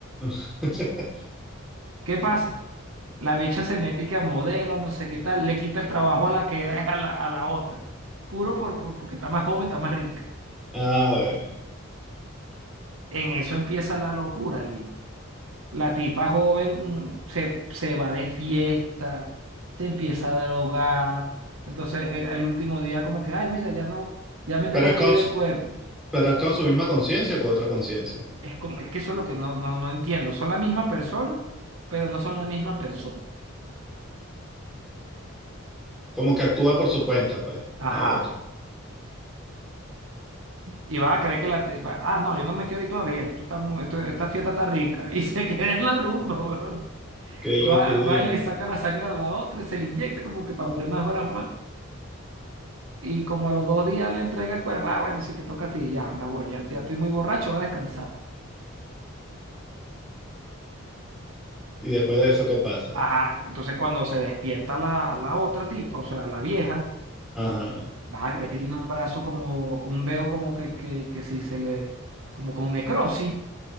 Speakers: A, in the centre; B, on the right (about 75°).
A: <laughs>
B: ¿Qué pasa? La bicha se mete y que a modelo, no sé qué tal, le quita el trabajo a la que, <laughs> a la, a la otra. Puro por, por- porque está más joven, está más rica.
A: Ah, bueno.
B: En eso empieza la locura, Lee. La tipa joven mm, se, se va de fiesta, se empieza a drogar. Entonces, eh, el último día como que, ay, mira, ya no, ya me tengo
A: Pero es
B: que
A: con
B: ir del
A: su,
B: cuerpo.
A: pero es con su misma conciencia o con otra conciencia.
B: Es, como- es que eso es lo que no, no, no entiendo. Son la misma persona, pero no son la misma persona.
A: Como que actúa por su cuenta, pues, la
B: Ajá.
A: otra.
B: Y vas a creer que la tipa, ah, no, yo no me quiero ir todavía. Esto está, mu- esto- esta fiesta está rica. <laughs> Y se queda en la rumba, weón.
A: Qué
B: Va,
A: locura.
B: va y le saca la sangre a la otra, se le inyecta como que para durar unas horas más. Y como a los dos días le entrega el cuerpo, ah, bueno, si te toca a ti, ya me voy, ya, ya estoy muy borracho, voy a descansar.
A: Y después de eso, ¿qué pasa?
B: Ajá, entonces cuando se despierta la, la otra tipa, o sea, la vieja,
A: Ajá.
B: vas a creer que tiene un brazo como, un dedo como que, que, que si se le, como con necrosis,